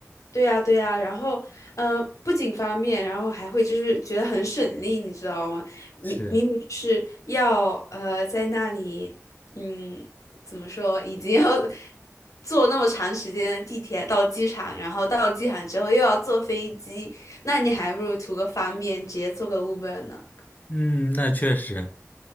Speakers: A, on the left; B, on the left.
A: 对呀，对呀，然后，呃，不仅方便，然后还会就是觉得很省力，你知道吗？明明明是要呃在那里，
B: 是，
A: 嗯，怎么说，已经要 <laughs> 坐那么长时间的地铁到机场，然后到机场之后又要坐飞机，那你还不如图个方便，直接坐个 Uber 呢。
B: 嗯，那确实，